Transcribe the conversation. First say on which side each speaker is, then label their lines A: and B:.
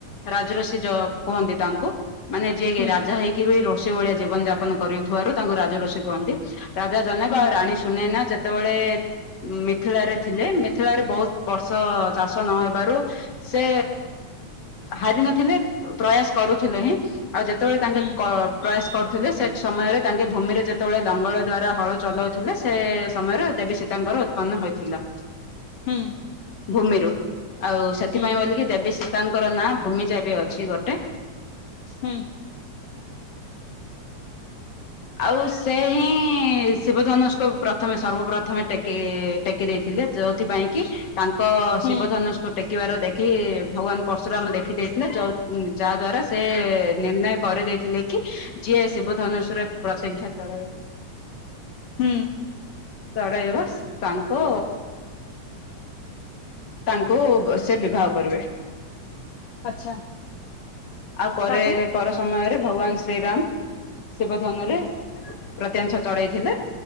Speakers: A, on the left (about 40°); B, on the left (about 70°).
A: ରାଜଋଷି କୁହନ୍ତି ତାଙ୍କୁ। ମାନେ ଯିଏ କି
B: ହୁଁ
A: ରାଜା ହେଇକିବି ରୁଷି ଭଳିଆ ଜୀବନ ଯାପନ କରଥିବାରୁ ତାଙ୍କୁ ରାଜ ରୁଷି କୁହନ୍ତି। ରାଜା ଜନକ
B: ହୁଁ
A: ଆଉ ରାଣୀ ସୁ ସୁନେନା ଯେତେବେଳେ ମିଥିଳାରେ ଥିଲେ ମିଥିଳାରେ ବହୁତ୍ ବର୍ଷ ଚାଷ ନହେବାରୁ ସେ ହାରି ନଥିଲେ ପ୍ରୟାସ କରୁଥିଲେ ହିଁ ଆଉ ଯେତେବେଳେ ତାଙ୍କେ
B: ହୁଁ
A: କ ପ୍ରୟାସ କରୁଥିଲେ ସେ ସମୟରେ ତାଙ୍କେ ଭୂମିରେ ଯେତେବେଳେ ଲଙ୍ଗଳ ଦ୍ଵାରା ହଳ ଚଲୋଉଥିଲେ ସେ ସମୟରେ ଦେବୀ ସୀ ସୀତାଙ୍କର ଉତ୍ପନ୍ନ ହୋଇଥିଲା
B: ହୁଁ
A: ଭୂମିରୁ। ଆଉ ସେଥିପାଇଁ
B: ହୁଁ
A: ବୋଲିକି ଦେବୀ ସୀତାଙ୍କର ନାଁ ଭୂମିଜା ବି ଅଛି ଗୋଟେ।
B: ହୁଁ।
A: ଆଉ ସେ ହିଁ ଶିବଧନୁଷ୍ଟକୁ ପ୍ରଥମେ ସର୍ବପ୍ରଥମେ ଟେକି ଟେକି ଦେଇଥିଲେ ଯୋଉଥିପାଇଁ କି ତାଙ୍କ
B: ହୁଁ
A: ଶିବଧନୁସ୍ ତ ଟେକିବାର ଦେଖି ଭଗବାନ୍ ପର୍ଶୁର ଦେଖିଦେଈଥିଲେ ଯ ଯାଆଦ୍ୱାରା ସେ ନିର୍ଣ୍ଣୟ କରି ଦେଇେଇଥିଲେ କି ଯିଏ ଶିବ ଧନୁଶ ପ୍ରତେଂଖ୍ୟା ତଳ
B: ହୁଁ।
A: <inaudible> ତାଙ୍କ। ତାଙ୍କୁ ସେ ବିବାହ କରିବେ।
B: ଆଚ୍ଛା
A: ଆଉ ପରେ
B: ତାପରେ
A: ପର ସମୟରେ ଭଗବାନ୍ ଶ୍ରୀରାମ। ସମୟରେ ପ୍ରତ୍ୟାଂଛତ। ଚଢେଇଥିଲେ